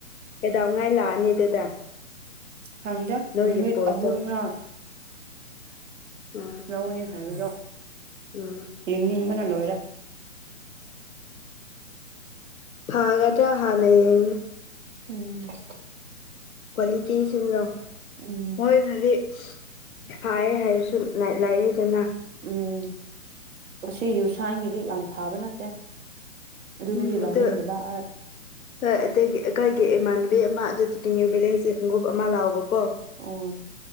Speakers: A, on the left; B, on the right.
A: ꯀꯩꯗꯧꯉꯩ ꯂꯥꯛꯑꯅꯤ ꯑꯗꯨꯗ
B: ꯈꯪꯗꯦ
A: ꯅꯣꯏꯒꯤ
B: ꯅꯨꯃꯤꯠ
A: ꯄꯣꯠꯇꯣ
B: ꯑꯍꯨꯝꯔꯥ
A: ꯎꯝ
B: ꯂꯧꯒꯅꯤ ꯍꯥꯏꯕꯗꯣ
A: ꯎꯝ
B: ꯌꯦꯅꯤꯡꯕꯅ ꯂꯣꯏꯔꯦ
A: ꯐꯥꯒꯗ꯭ꯔ ꯍꯥꯟꯅ ꯌꯦꯡꯉꯤ
B: ꯎꯝ
A: ꯀ꯭ꯋꯥꯂꯤꯇꯤ ꯁꯤꯟꯂꯣ
B: ꯎꯝ
A: ꯃꯣꯏꯅꯗꯤ ꯐꯥꯛꯌꯦ ꯍꯥꯏꯔꯁꯨ ꯂꯥꯏ ꯂꯥꯏꯑꯦꯗꯅ
B: ꯎꯝ ꯑꯁꯤ ꯌꯨꯁꯥꯡꯒꯤꯗꯤ ꯌꯥꯝ ꯐꯕ ꯅꯠꯇꯦ ꯑꯗꯨꯗꯗꯤ
A: ꯎꯝ ꯑꯗꯨ
B: ꯂꯧꯅꯤꯡꯗꯕ ꯑꯩ
A: ꯍꯣꯏ ꯑꯗꯒꯤ ꯑꯈꯣꯏꯒꯤ ꯏꯃꯥꯟꯅꯕꯤ ꯑꯃ ꯑꯗꯨꯗꯒꯤ ꯇꯤꯀꯤꯅꯨꯏ ꯕꯦꯂꯦꯁꯖꯦ ꯍꯨꯡꯎꯞ ꯑꯃ ꯂꯥꯎꯕꯀꯣ
B: ꯑꯣ